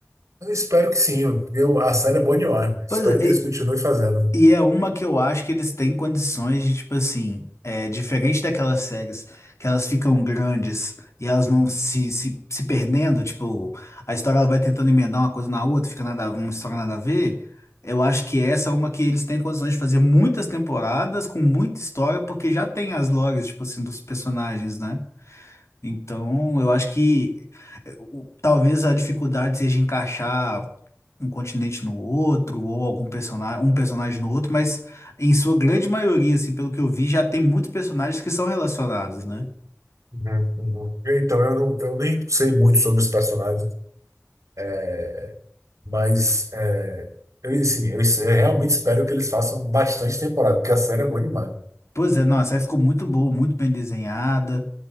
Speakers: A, on the right; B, on the left.
A: Eu espero que sim. Eu, a série é boa demais. Espero
B: Pois é,
A: que eles continuem fazendo.
B: E é uma que eu acho que eles têm condições de, tipo assim, é, diferente daquelas séries que elas ficam grandes e elas vão se, se, se perdendo, tipo, a história ela vai tentando emendar uma coisa na outra, fica nada, uma história nada a ver. Eu acho que essa é uma que eles têm condições de fazer muitas temporadas com muita história, porque já tem as lores, tipo assim, dos personagens, né? Então, eu acho que eh, o- talvez a dificuldade seja encaixar um continente no outro, ou algum personagem, um personagem no outro, mas em sua grande maioria, assim, pelo que eu vi, já tem muitos personagens que são relacionados, né?
A: Uhum, uhum. Então, eu, não, eu nem sei muito sobre os personagens, é, mas é, eu, assim, eu, eu realmente espero que eles façam bastante temporada, porque a série é boa demais.
B: Pois é, nossa, aí ficou muito boa, muito bem desenhada,